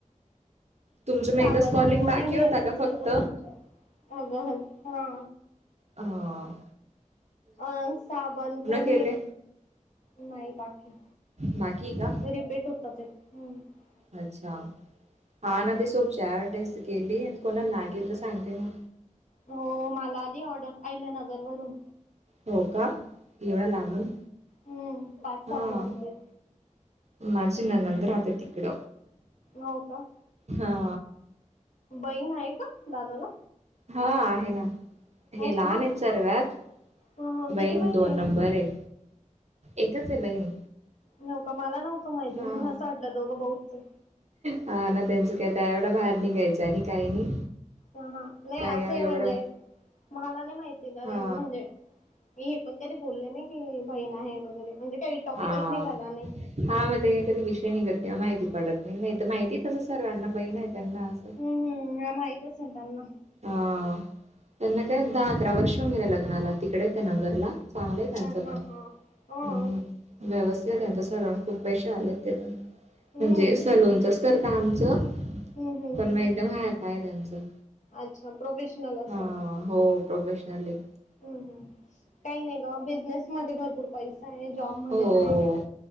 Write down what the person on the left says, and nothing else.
साबण
कोणी
घेत
नसल
तर समजे अगं हा
अं साबण कोणी
नाही बाकी
रिपीट होत ते हम्म
हो मला आली ऑर्डर आहिल्यानगरवरून
हम्म पाच साबणाची
हो का
बहीण आहे का दादाला?
हो
का
ह किती
आहे
होय का, मला नव्हतं माहिती,
मला असं वाटलं दोघं भाऊचे
हा हा, नाही
असं ही
म्हणजे, मला नाही माहिती, कारण
म्हणजे हे पण त्याी बोलले नाही, की बहीण आहे वगैरे, म्हणजे टॉपिकच
निघाला नाही.
हम्म हम्म, ह्या माहित असेल त्यांना
हा हा
हा हा
हम्म
हम्म हम्म
अच्छा प्रोफेशनल असल.
हम् हम, काही नाही ग, बिझनेस मध्ये भरपूर पैसा आहे, जॉबमध्ये
काय